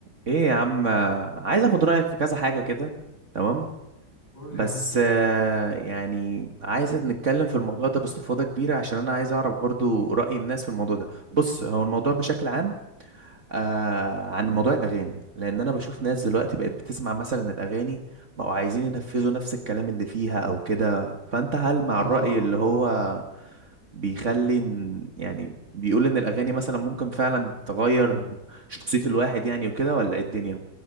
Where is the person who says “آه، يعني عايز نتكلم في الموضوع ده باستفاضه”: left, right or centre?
Right